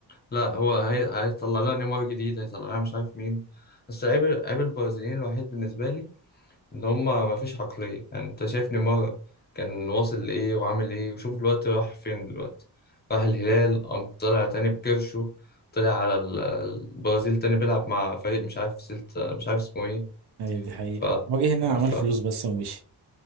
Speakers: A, on the left (about 25°); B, on the right (about 65°).
A: لا هو هي... هيطلع لنا نيمار جديد هيطلع لنا مش عارف مين بس عيب عيب البرازيليين الوحيد بالنسبة لي ان هما ما فيش عقلية يعني انت شايف نيمار كان واصل لايه وعامل ايه وشوف دلوقتي راح فين دلوقتي راح الهلال قام طلع تاني بكرشه طلع على ال- البرازيل تاني بيلعب مع فريق مش عارف سلت مش عارف اسمه ايه
B: أيوه دي حقيقة
A: ف,
B: وجه هنا عمل
A: ف...
B: فلوس بس ومشي